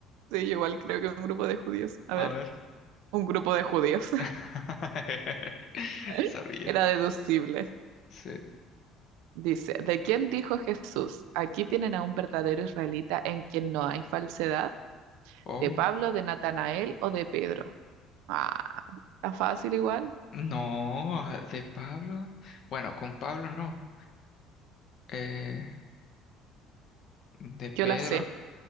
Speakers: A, on the right; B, on the left.
A: sí, yo igual creo que un grupo de judíos. A
B: A
A: ver,
B: ver.
A: un grupo de judíos.
B: <laughs>
A: <laughs>
B: Sabía.
A: Era deducible.
B: Sí.
A: Dice, ¿de quién dijo Jesús? Aquí tienen a un verdadero israelita en quien no hay falsedad.
B: Oh.
A: ¿De Pablo, de Natanael o de Pedro? Ah, Está fácil igual.
B: No, ah, de Pablo. Bueno, con Pablo no. Eh, de Pedro.
A: Yo la sé.